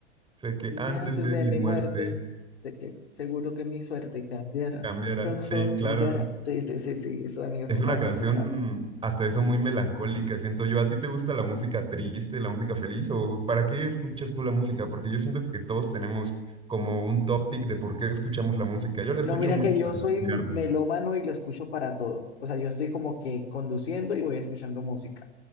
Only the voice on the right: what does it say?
Sé que
antes
de
mi
muerte.
Cambiara.
Sí, claro.
Es
una
canción
hasta eso muy melancólica, siento yo. ¿A ti te gusta la música triste, la música feliz o para qué escuchas tú la música? Porque yo siento que todos tenemos como un topic de por qué escuchamos la música. Yo la escucho
mucho
para
inspirarme.